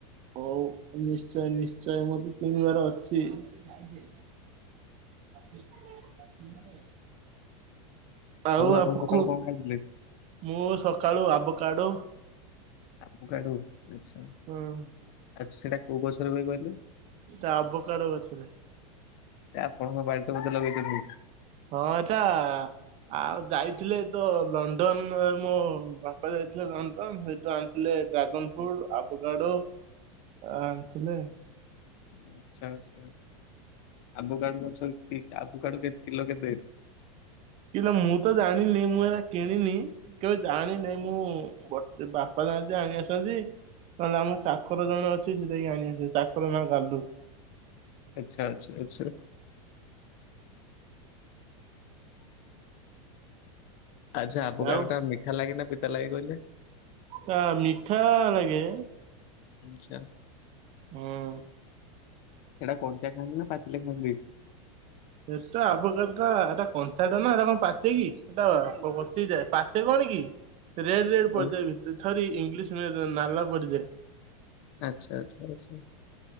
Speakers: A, on the right; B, on the left.
A: ହଉ ନିଶ୍ଚୟ ନିଶ୍ଚୟ ମୋତେ କିଣିବାର ଅଛି। କିଏ ଆଇଚି? <unintelligible> ଆଉ ଆପକୁ
B: ଆପଣ ସକାଳୁ କଣ ଖାଇଥିଲେ?
A: ମୁଁ ସକାଳୁ ଆବ କାଡୋ
B: ଆବ କାଡୁ ଆଚ୍ଛା ଆ,
A: ହଁ
B: ସେଟା କୋଉ ଗଛ ରେ ହୁଏ କହିଲେ?
A: ଟା ଆବ କାଡୋ ଗଛରେ।
B: ସେ ଆପଣଙ୍କ ବାଡ଼ିରେ ବୋଧେ ଲଗେଇଚନ୍ତି?
A: ହଁ ଏଟା ଆଉ ଯାଇଥିଲେ ତ ଲଣ୍ଡନ୍ ମୋ ବାପା ଯାଇଥିଲେ ଲଣ୍ଡନ୍ ସେଇଠୁ ଆଣ ଥିଲେ ଡ୍ରାଗନ ଫ୍ରୁଟ୍, ଆବକାଡୋ ଆଣିଥିଲେ।
B: ଆଚ୍ଛା ଆଚ୍ଛା ଛା- ଆବୁକାଡୁ ଗଛ କି ଆବୁକାଡୁ କେତ କିଲୋ କେତେ?
A: କିଲୋ ମୁଁ ତ ଜାଣିନି ମୁଁ ଏଟା କିଣିନି। କେବେ ଜାଣିିନି ମୁଁ ବଟ୍ ବାପା ତାଙ୍କ ଆଣି ଆସନ୍ତି। ନହେଲେ ଆମ ଚାକର ଜଣେ ଅଛି ସେ ଯାଇକି ଆଣିଆସେ। ଚାକର ନାଁ ଗାଲୁ।
B: ଆଚ୍ଛା, ଆଚ୍ଛା, ଆଚ୍ଛା। ଆଚ୍ଛା ଆବକାଡୋ
A: ଆଉ
B: ଟା ମିଠା ଲାଗେ ନା ପିତା ଲାଗେ କହିଲେ?
A: ତା ମିଠା ଲାଗେ।
B: ଆଚ୍ଛା।
A: ହଁ।
B: ଏଟା କଞ୍ଚା ଖାଆନ୍ତି ନା ପାଚିଲେ ଖାଆନ୍ତି?
A: ଏଟା ଆବକାଡୁ ଟା ଏଟା କଞ୍ଚା ଟା ନା ଏଟା କଣ ପାଚେ କି ଏଟା ପ- ପଚି ଯାଏ। ପା ସେ କଣ କି ରେଡ୍ ରେଡ୍
B: ଆଉ
A: ପଡିଯାଏ ଭିତ, ସରି ଇଂଲିଶ ରେ ରେ ନାଲା ପଡିଯାଏ।
B: ଆଚ୍ଛା, ଆଚ୍ଛା, ଆଚ୍ଛା।